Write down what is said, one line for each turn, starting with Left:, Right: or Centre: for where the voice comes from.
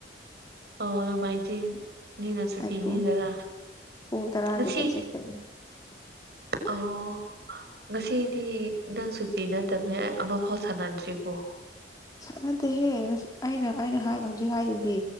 Right: ꯑꯣ ꯅꯨꯡꯃꯥꯏꯖꯤꯡꯅꯤꯅ ꯁꯨꯇꯤꯅꯤꯗꯅ
Left: ꯑꯩ ꯄꯨꯡ ꯄꯨꯡ ꯇꯔꯥꯒꯤꯗ
Right: ꯉꯁꯤ
Left: ꯆꯠꯀꯅꯤ
Right: ꯑꯧ ꯉꯁꯤꯗꯤ ꯅꯪ ꯁꯨꯇꯤ ꯅꯠꯇꯕꯅꯤ ꯑꯃꯐꯥꯎ ꯁꯥꯟꯅꯗ꯭ꯔꯤꯀꯣ
Left: ꯁꯥꯟꯅꯗꯦꯍꯦ ꯉꯁꯤ ꯑꯩꯅ ꯑꯩꯅ ꯍꯥꯏ ꯍꯧꯖꯤꯛ ꯍꯥꯏꯗꯨꯗꯤ